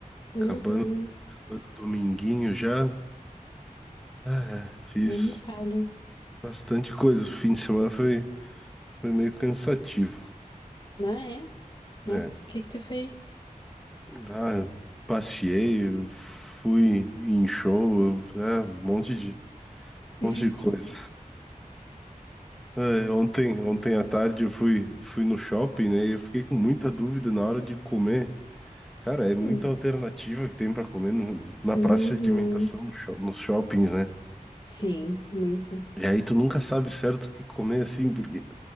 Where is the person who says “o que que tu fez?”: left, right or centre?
Left